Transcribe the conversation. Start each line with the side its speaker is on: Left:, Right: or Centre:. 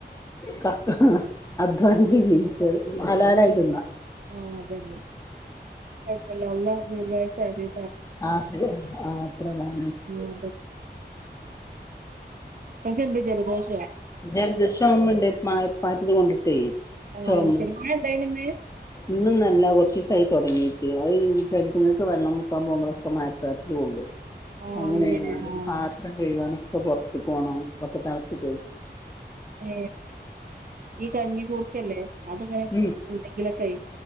Left: ക അധ്വാനിച്ച് ജീവിച്ചത് ഹലാലായി തിന്നാം
Right: ആഹ് അത് തന്നെ കുഴപ്പല്ല അള്ളാ ദീർഘായുസ്സും ആഫിയ
Left: ആഹ് ആഹ് അത്ര തന്നെ
Right: ഉം നിങ്ങൾക്ക് എന്താ ജലദോഷ
Left: ജലദോഷം ഉണ്ട് മഴപ്പാറ്റല് കൊണ്ടി ട്ടേ
Right: ആഹ്
Left: ചുമ
Right: ശരി മഴ ഇണ്ടായിനോ ഇന്ന്
Left: ഇന്നും അല്ല കുറച്ച് ദിവസായി തുടങ്ങിട്ട് ആയി കെൻട്ട്ങ്ങക്ക് വെള്ളം സംഭവങ്ങളൊക്കെ മഴത്താക്കി ഓടും
Right: ആഹ്
Left: അങ്ങനെയായോണ്ട്
Right: അങ്ങനെ ആഹ്
Left: പാത്രം കഴുകാന് ഇപ്പൊ പുറത്ത് പോണം മൊത്തം തളർത്തിട്ടേ
Right: ഏ ഈ കഞ്ഞി കൂർക്കല്ലേ അതിങ്ങനെ
Left: ഉം
Right: എന്തെങ്കിലുമൊക്കെ ആയി